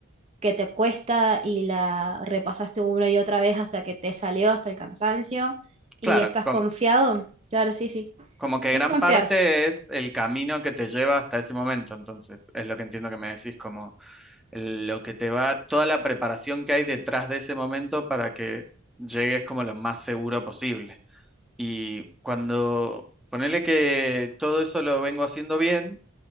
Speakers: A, on the right; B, in the centre.
A: que te cuesta y la repasaste una y otra vez hasta que te salió, hasta el cansancio, y
B: Claro,
A: estás
B: com-
A: confiado, claro, sí, sí.
B: como que
A: Es
B: gran
A: confiar,
B: parte es el camino que te lleva hasta ese momento, entonces, es lo que entiendo que me decís como... lo que te va, toda la preparación que hay detrás de ese momento para que llegues como lo más seguro posible. Y cuando ponele que todo eso lo vengo haciendo bien,